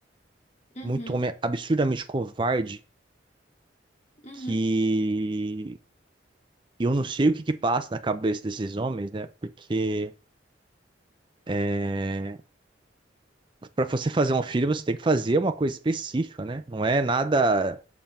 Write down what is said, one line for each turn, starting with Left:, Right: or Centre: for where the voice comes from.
Left: Uhum.
Right: muito homem absurdamente covarde
Left: Uhum.
Right: que
Left: Uhum.
Right: eu não sei o que que passa na cabeça desses homens, né? Porque é, para você fazer um filho, você tem que fazer uma coisa específica, né? Não é nada